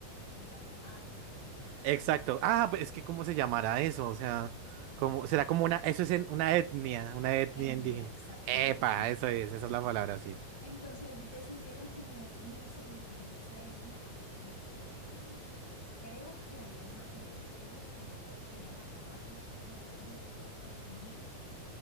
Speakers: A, in the centre; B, on the right.
A: como en Santa Marta, la Sierra Nevada, bueno,
B: Exacto. Ah, pues es que ¿cómo se llamará eso? O sea, como, será como una, eso es en- una etnia, una etnia
A: etnia,
B: indígena.
A: exactamente.
B: Epa, eso es, esa es la palabra, sí.
A: Entonces ellos decidieron como unirse y pues en esa etnia ahí creo, bueno, no me acuerdo, es, creo que había una pelea entre ellos, pero querían acabarlos también. Entonces lo que hicieron fue unirse